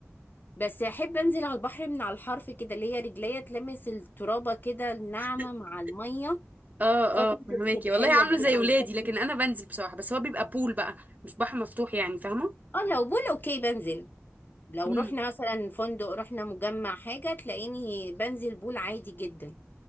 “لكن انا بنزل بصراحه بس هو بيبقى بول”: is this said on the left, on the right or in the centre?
Right